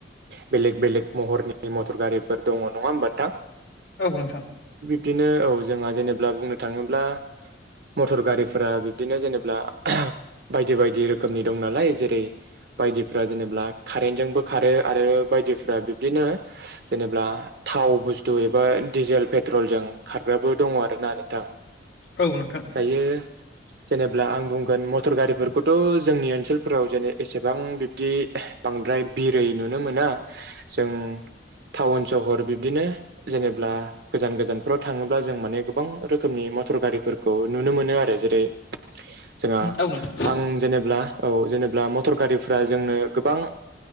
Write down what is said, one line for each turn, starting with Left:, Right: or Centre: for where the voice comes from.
Right: बेलेग बेलेग महरनि मटर गारिफोर दङ, नङा होमबा नोंथां?
Left: औ नोंथां।
Right: बिदिनो औ जोंहा जेनेब्ला बुंनो थाङोब्ला। मटर गारिफोरा बिब्दिनो जेनेबा बायदि बायदि रोखोमनि दं नालाय जेरै बायदिफ्रा जेनेबा कारेन्टजोंबो खारो आरो बायदिफ्रा बिब्दिनो जेनेब्ला थाव बुस्थु एबा डिजेल पेट्रलजों खारग्राबो दङ आरो ना नोंथां।
Left: औ नोंथां
Right: दायो। जेनेब्ला आं बुंगोन मटर गारिफोरखौथ' जोंनि ओनसोलफोराव जेने- एसेबां बिब्दि बांद्राय बिरै नुनो मोना जों। टाउन सहर बिबदिनो जेनेब्ला गोजान गोजानफोराव थाङोब्ला जों माने गोबां रोखोमनि । मटर गारिफोरखौ नुनो मोनो आरो जेरै जोंहा
Left: औ नोंथां
Right: आं जेनेब्ला औ जेनेब्ला मटर गारिफ्रा जोंनो गोबां